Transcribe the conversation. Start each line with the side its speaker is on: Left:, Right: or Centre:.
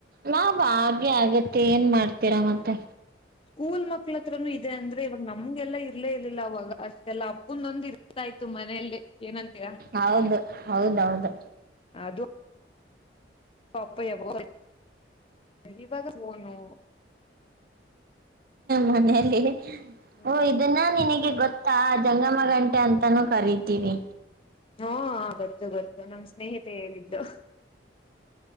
Right: ಲಾಭ ಆಗೇ ಆಗತೆ ಏನ್ ಮಾಡ್ತೀರಾ
Left: ಹ್ಮ್
Right: ಮತ್ತೆ
Left: ಸ್ಕೂಲ್ ಮಕ್ಳತ್ರನು ಇದೆ ಅಂದ್ರೆ ಇವಾಗ ನಮ್ಗೆಲ್ಲ ಇರ್ಲೇ ಇರ್ಲಿಲ್ಲ ಅವವಾಗ ಅಷ್ಟೆಲ್ಲ ಅಪ್ಪಂದೊಂದು ಇರ್ ಗಾಯ್ತು ಮನೆಯಲ್ಲಿ ಏನಂತೀರಾ
Right: ಹೌದು ಹೌದೌದು
Left: ಅದು <unintelligible>
Right: ಮನೆಯಲ್ಲಿ
Left: ಹ್ಮ್
Right: ಓ ಇದನ್ನ ನಿನಗೆ ಗೊತ್ ಆ ಜಂಗಮ್ಮ ಗಂಟೆ ಅಂತಾನೂ ಕರತೀವಿ
Left: ಹಾ ಗೊತ್ತು ಗೊತ್ತು ನಮ್ ಸ್ನೇಹಿತೆ ಹೇಳಿದ್ರು